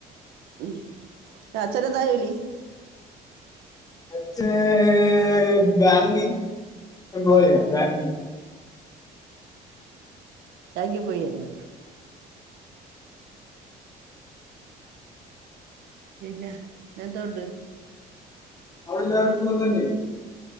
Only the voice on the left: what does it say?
അച്ഛാൻ ബാങ്കിങ് ബോയ ബാങ്കിങ്
അവിടെ എല്ലാർക്കും സുഖതന്നെ